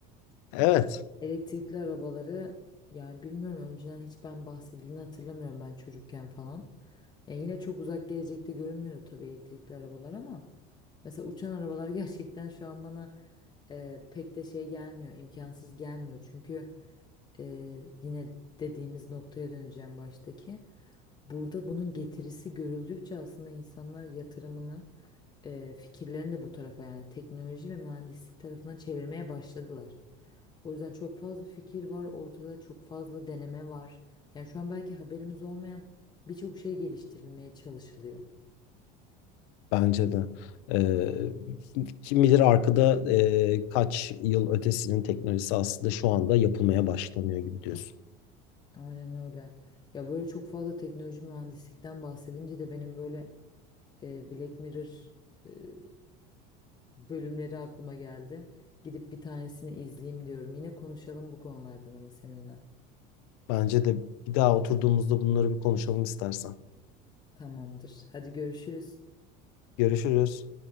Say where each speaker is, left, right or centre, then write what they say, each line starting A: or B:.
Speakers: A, on the left; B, on the left.
A: evet
B: Elektrikli arabaları yani bilmiyorum önceden hiç ben bahsedildiğini hatırlamıyorum ben çocukken falan. Yani yine çok uzak gelecekte görünmüyordu tabii elektrikli arabalar ama mesela uçan arabalar <laughs> gerçekten şu an bana e, pek de şey gelmiyor, imkansız gelmiyor. Çünkü e, yine dediğimiz noktaya döneceğim baştaki. Burada bunun getirisi görüldükçe aslında insanlar yatırımını e, fikirlerini de bu tarafa yani teknoloji ve mühendislik tarafına çevirmeye başladılar. O yüzden çok fazla fikir var ortada, çok fazla deneme var. Yani şu an belki haberimiz olmayan birçok şey geliştirilmeye çalışılıyor.
A: bence de. E, kim bilir arkada e, kaç yıl ötesinin teknolojisi aslında şu anda yapılmaya başlanıyor gibi diyorsun.
B: Aynen öyle. Ya böyle çok fazla teknoloji mühendislikten bahsedince de benim böyle e, Black Mirror e, bölümleri aklıma geldi. Gidip bir tanesini izleyeyim diyorum. Yine konuşalım bu konulardan ama seninle.
A: Bence de bir daha oturduğumuzda bunları bir konuşalım istersen.
B: Tamamdır. Hadi görüşürüz.
A: Görüşürüz.